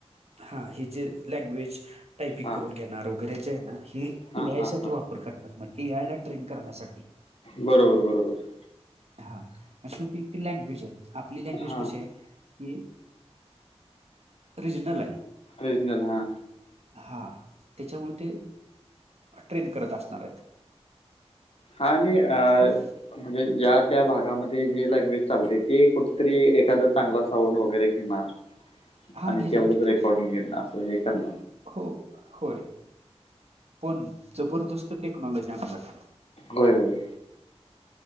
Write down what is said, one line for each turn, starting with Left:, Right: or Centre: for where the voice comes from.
Right: हा हे जे लँग्वेज टायपिंग
Left: हां
Right: करून घेणार वगैरे जे आहे ना हे
Left: हां
Right: ए आय
Left: हां
Right: साठी
Left: हां
Right: वापर करण्यात मग ए आय ला ट्रेन करण्यासाठी
Left: बरोबर बरोबर
Right: हा शेवटी ती लँग्वेज आहे आपली लँग्वेज
Left: हां
Right: कशी आहे की रिज नालय
Left: ओरिजनल हा
Right: हा त्याच्यामुळे ते ट्रेन करत असणार आहेत
Left: हा आणि अ
Right: पण
Left: म्हणजे ज्या त्या भागामध्ये जे लँग्वेज चालते ते कुठ तरी एखादा चांगला साऊंड वगैरे घेणार
Right: हा
Left: आणि
Right: घेणार
Left: तेवढंच
Right: किती
Left: रेकॉर्डिंग घे असं हे करण
Right: हो होय पण जबरदस्त टेक्नॉलॉजी आलाग
Left: होय होय